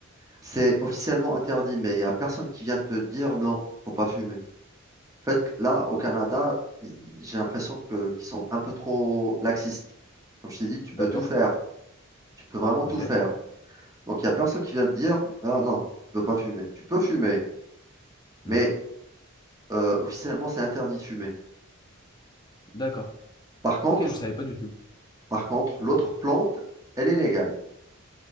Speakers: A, on the right; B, on the left.
A: c'est officiellement interdit, mais il n'y a personne qui vient te dire non, faut pas fumer. En fait, là, au Canada, i- j'ai l'impression que qu'ils sont un peu trop laxistes. Comme je t'ai dit, tu
B: D'accord.
A: peux tout faire. Tu peux vraiment tout
B: Ok.
A: faire. Donc, il n'y a personne qui vient te dire, ah non, tu peux pas fumer. Tu peux fumer, mais
B: Mhm.
A: euh, officiellement, c'est interdit de fumer.
B: D'accord.
A: Par contre,
B: Ok, je savais pas du tout.
A: par contre, l'autre plante, elle est légale.